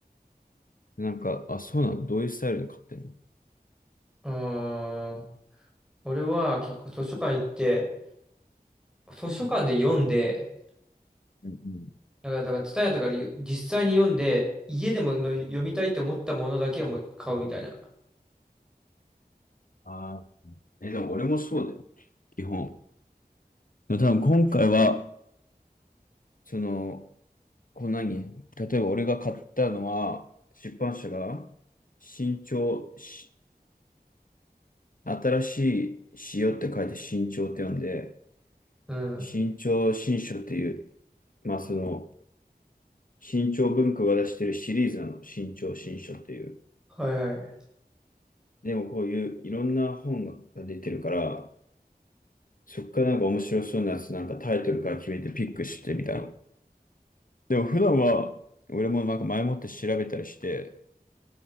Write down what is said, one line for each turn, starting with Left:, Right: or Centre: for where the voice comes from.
Left: なんか、あ、そうなのどういうスタイルで買ってんの
Centre: うーん。俺は結構図書館行って、図書館で読んで、
Left: うんうんうん
Centre: だから、だから、ツタヤとかでよ実際に読んで、家でもの読みたいって思ったものだけをも買うみたいな。
Left: ああ、え、でも俺もそうだよ、基本。でも多分今回は、その、こう何例えば俺が買ったのは、出版社が、新潮し、新しい潮って書いて新潮って呼んで、
Centre: うん。
Left: 新潮新書っていう、まあその、新潮文庫が出してるシリーズなの、新潮新書っていう。
Centre: はいはい。
Left: でもこういういろんな本が出てるから、そっからなんか面白そうなやつなんかタイトルから決めてピックしてみたいな。でも普段は俺もなんか前もって調べたりして